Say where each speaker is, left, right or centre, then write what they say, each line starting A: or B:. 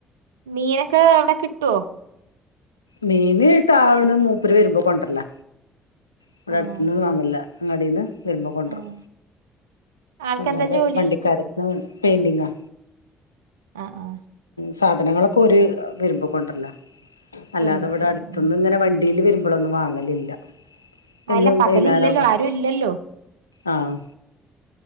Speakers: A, on the right (about 80°); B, on the left (about 80°).
A: മീനൊക്കെ അവിടെ കിട്ടുവോ
B: മീൻ ഇട്ട് ആന്ന് മൂപ്പര് വരുമ്പോ കൊണ്ട രല്ല ഇവിടെ
A: ആണോ
B: അടുത്ത്ന്നൊന്നും വാങ്ങെല്ല അങ്ങാടിന്ന് വരുമ്പ കൊണ്ടരൂം
A: ആഹ് ആൾക്കെന്താ
B: അല്ലാതെ
A: ജോലി
B: വണ്ടിക്കാരുന്നല്ല പെയിൻ്റിങ്ങാ
A: ആ ആ
B: സാധനങ്ങളൊക്കെ ഓര് വരുമ്പോ കൊണ്ടെര്ലാ അല്ലാതെ
A: കൊണ്ടുവരും
B: ഇവിടെ അടുത്ത്ന്ന്
A: ഉം
B: ഇങ്ങനെ വണ്ടി ഇതിലെ വരുമ്പോഴൊന്നും വാങ്ങലില്ല എന്നും
A: അല്ല പകല്
B: വൈന്നേരൊക്കെ
A: ഇല്ലല്ലോ ആരും ഇല്ലല്ലോ
B: ആഹ്